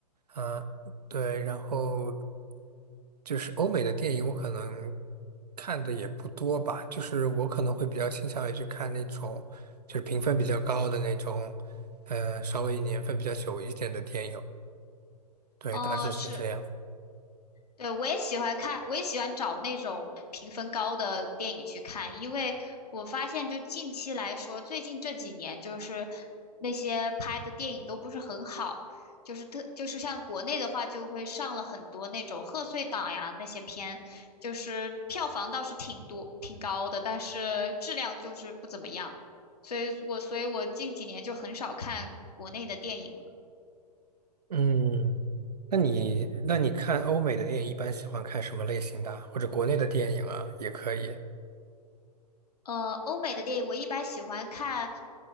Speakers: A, on the right; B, on the left.
A: 啊，对，然后就是欧美的电影，我可能看的也不多吧，就是我可能会比较倾向于去看那种就是评分比较高的那种，呃，稍微年份比较久一点的电影，对，
B: 哦，
A: 大致是这样。
B: 是对，我也喜欢看，我也喜欢找那种评分高的电影去看，因为我发现就近期来说，最近这几年就是那些拍的电影都不是很好，就是特就是像国内的话，就会上了很多那种贺岁档呀那些片，就是票房倒是挺多挺高的，但是质量就是不怎么样，所以我所以我近几年就很少看国内的电影了。
A: 嗯，那你那你看欧美的电影一般喜欢看什么类型的啊或者国内的电影啊，也可以。
B: 呃，欧美的电影我一般喜欢看，